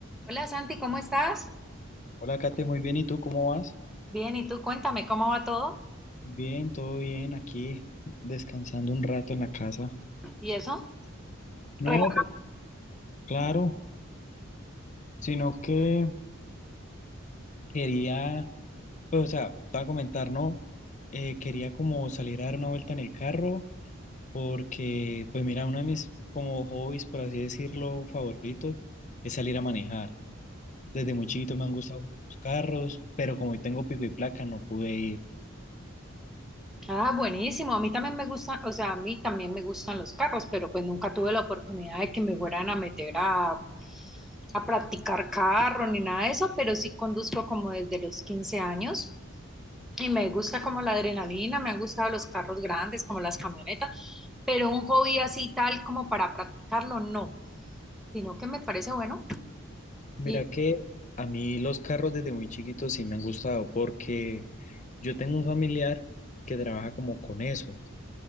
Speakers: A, in the centre; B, on the left.
A: Hola Santi, ¿cómo estás?
B: Hola, Kate, muy bien. ¿Y tú cómo vas?
A: Bien, y tú cuéntame cómo va todo
B: Bien, todo bien, aquí descansando un rato en la casa.
A: y eso.
B: No,
A: Rela-
B: pues claro, sino que quería, pues o sea, te voy a comentar, ¿no? Eh, quería como salir a dar una vuelta en el carro porque, pues mira, uno de mis como hobbies, por así decirlo, favoritos es salir a manejar. Desde muy chiquito me han gustado los carros, pero como hoy tengo pico y placa no pude ir.
A: Ah, buenísimo. A mí también me gustan, o sea, a mí también me gustan los carros, pero pues nunca tuve la oportunidad de que me fueran a meter a, a practicar carro ni nada de eso, pero sí conduzco como desde los 15 años y me gusta como la adrenalina, me han gustado los carros grandes, como las camionetas, pero un hobby así tal como para practicarlo, no, sino que me parece bueno
B: Mira
A: y
B: que a mí los carros desde muy chiquitos sí me han gustado porque yo tengo un familiar que trabaja como con eso